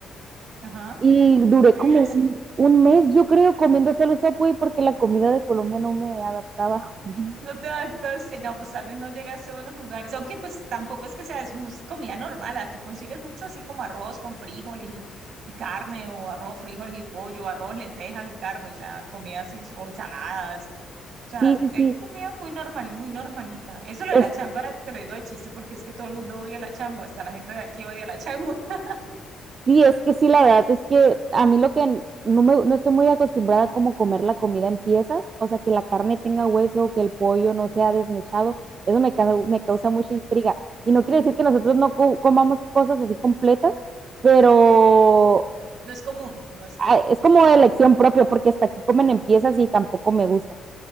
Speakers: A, on the right; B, on the right.
A: Ajá.
B: y duré
A: ¿Sí
B: como
A: vieras?
B: un, un mes, yo creo, comiendo solo Subway porque la comida de Colombia no me adaptaba. <laughs>
A: No te adaptas, no, pues tal vez no llegaste a buenos lugares, aunque pues tampoco es que sea es mus- comida normal, aquí consigues mucho así como arroz con frijoles y, y carne, o arroz, frijoles y pollo, arroz, lentejas y carne, o sea, comida así, o ensaladas, o sea,
B: Sí, sí,
A: hay comida muy normal, muy normalita. Eso lo
B: sí.
A: de la changua te lo digo de chiste porque es que todo el mundo odia la changua, hasta la gente de aquí odia la changua. <laughs>
B: Sí, es que sí, la verdad es que a mí lo que n- no me, no estoy muy acostumbrada a como comer la comida en piezas, o sea, que la carne tenga hueso, que el pollo no sea desmechado, eso me, causa- me causa
A: Sí.
B: mucha intriga. Y no quiere decir que nosotros no co- comamos cosas así completas, pero
A: No es común, no es...
B: ah, es como elección propia, porque hasta aquí comen en piezas y tampoco me gusta.